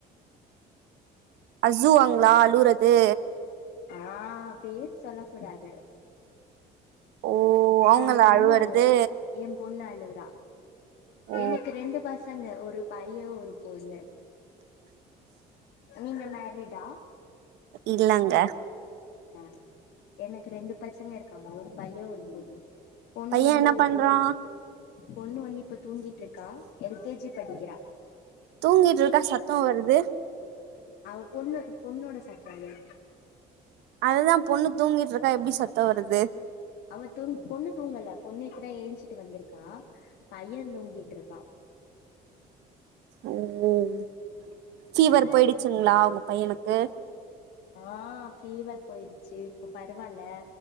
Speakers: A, on the right; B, on the left.
A: அஸ்ஸுவாங்ளா அழுவுறது
B: ஆ பேர் சொல்லக் கூடாது
A: ஓ அவங்களா
B: எம் பொண்ணு
A: அழுவுறது
B: அழுவரா எம் பொண்ணு அழுவுரா
A: ஓ
B: எனக்கு ரெண்டு பசங்க ஒரு பைய ஒரு பொண்ணு நீங்க மேரிடா
A: இல்லங்க
B: அ எனக்கு ரெண்டு பசங்க இருக்காங்க ஒரு பைய ஒரு பொண் பொண்ணு
A: பைய
B: வந்து
A: என்ன
B: ஒரு
A: பண்றா
B: வயசு பொண்ணு வந்து இப்ப தூங்கிட்ருக்கா எல் கே ஜி படிக்கிறா
A: தூங்கிட்ருக்கா சத்தோ வருது
B: அவப் பொண்ணோ பொண்ணோட சத்தோ அதே
A: அதுதா பொண்ணு தூங்கிட்ருக்கா எப்டி சத்தோ வருது
B: அவத் துங் பொண்ணு தூங்கல பொண்ணு இப்பதா ஏஞ்சிட்டு வந்துருக்கா பையந் தூங்கிட்ருக்கா
A: ம் ஃபீவர்
B: ம்
A: போயிடுச்சுங்ளா வுங்க பையனுக்கு
B: ஆ ஃபீவர் போயிருச்சு இப்போ பரவால்ல